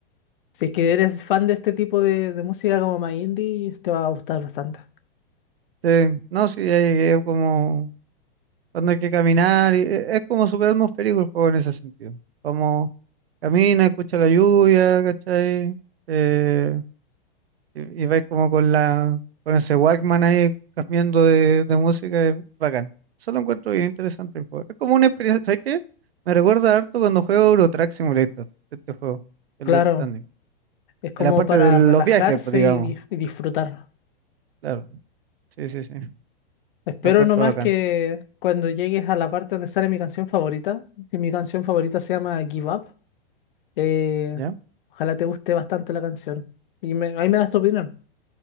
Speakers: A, on the left; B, on the right.
A: si es que eres fan de este tipo de, de música como más indie, te va a gustar bastante.
B: sí, no, sí, ya llegué como cuando hay que caminar, y e- es como súper atmosférico el juego en ese sentido, como camina, escucha la lluvia, ¿cachai? Eh, Y, y vais como con la, con ese Walkman ahí cambiando de, de música, es bacán. Eso lo encuentro bien interesante el juego. Es como una experiencia, ¿sabes qué? Me recuerda harto cuando juego Euro Truck Simulator, este juego, el
A: Claro,
B: Death Stranding.
A: es como
B: En la parte
A: para
B: de los
A: relajarse
B: viajes, pues, digamos.
A: y, dif- y disfrutar.
B: Claro, sí, sí, sí.
A: Espero
B: Lo encuentro
A: nomás
B: bacán.
A: que cuando llegues a la parte donde sale mi canción favorita, que mi canción favorita se llama Give Up, eh,
B: ¿Ya?
A: ojalá te guste bastante la canción. Y me- ahí me das tu opinión.